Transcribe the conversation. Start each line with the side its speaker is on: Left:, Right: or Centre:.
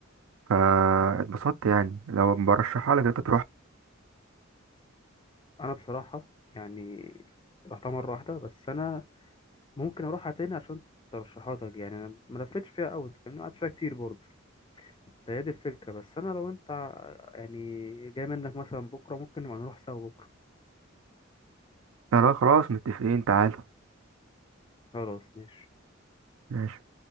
Right: فا اتبسطت يعني لو برشحها لك انت تروح
Left: انا بصراحه يعني رحتها مره واحده بس انا ممكن اروحها تاني عشان ترشيحاتك يعني انا ما لفتش فيها قوي انت فاهمني ما قعدتش فيها كتير برضه فهي دي الفكره بس انا لو انت ع- يعني جاي منك مثلا بكره ممكن نبقى نروح سوا بكره
Right: لا لا، خلاص متفقين تعال
Left: خلاص ماشي
Right: ماشي